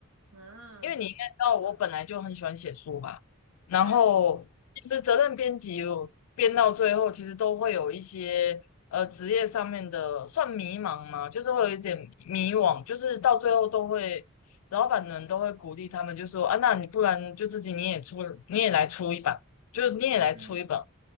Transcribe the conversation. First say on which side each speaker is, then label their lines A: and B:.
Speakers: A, on the right; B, on the left.
A: 嗯，
B: 因为你应该知道，我本来就很喜欢写书吧。然后，
A: 对，
B: 其实责任编辑我编到最后，其实都会有一些呃职业上面的算迷茫嘛，就是会有一点迷惘，就是到最后都会，老板们都会鼓励他们，就说啊，那你不然就自己你也出，你也来出一本，就是你也来出一本。
A: 嗯哼，